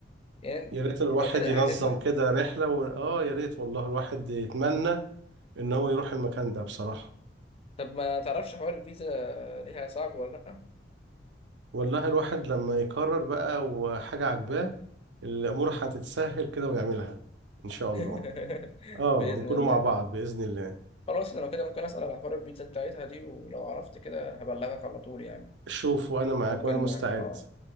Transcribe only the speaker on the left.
يعني
لو كده
أحجز لك
طب ما تعرفش حوار الفيزا ليها صعب ولا لأ؟
<laughs>
بإذن
الله
خلاص أنا لو كده ممكن أسأل على حوار الفيزا بتاعتها دي ولو عرفت كده هبلغك على طول يعني
ممكن
آه